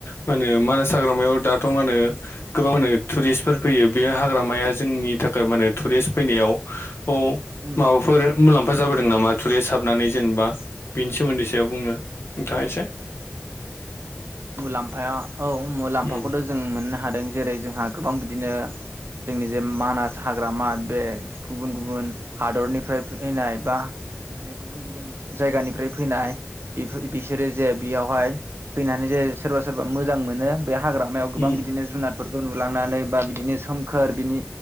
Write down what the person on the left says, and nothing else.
मा होनो मानास हाग्र हाग्रामायाव दाथ' माने गोबां टुरिस्टफोर फैयो बे हाग्रामाया जोंनि थाखाय माने टुरिस्ट फैनायाव औ
माबाफोर मुलाम्फा जाबोदों नामा टुरिस्ट हाबनानै जेनेबा बेनि सोमोन्दै सायाव बुंनो नोंथांङा एसे?
उम
उम